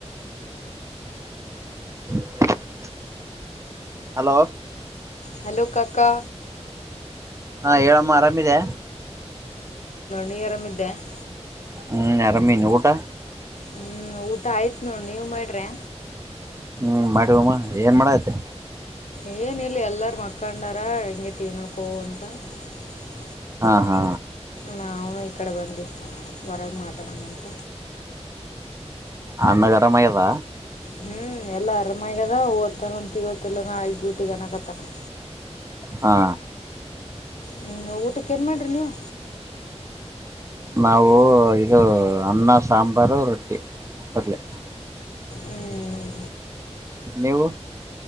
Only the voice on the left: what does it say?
ಹಲೋ ಕಾಕಾ
ನೀಿಯರಮಿದ್ದೆ <unintelligible>
ಹ್ಮ್ ಊಟ ಆಯ್ತ್ ನೋ ನೀವ್ ಮಾಡ್ರಿ
ಏನ ಇಿಲ್ಲ ಎಲ್ಲಾರ ಮಕ್ಕಂಡಾರ ಹೆಂಗೆ ಟಿವ ನೋಡ್ಕೋ ಅಂತ <unintelligible>
ನವುನು ಇಕಡೆ ಬಂದಿ ಹೊರಗೆ ಮಾತಾಡಮಂತ
ಹ್ಮ್ ಎಲ್ಲಾ ಆರಾಮಗ್ಯದ ಓದ್ತಾನ ತಿಗೋತ್ತಲ್ಲ ನಾಳಗ್ ಡ್ಯೂಟಿಗ್ ಅನಕತನ
ಹ್ಮ್ ಊಟಕ್ಕ ಏನ್ ಮಾಡ್ರಿ ನೀವು
ಹ್ಮ್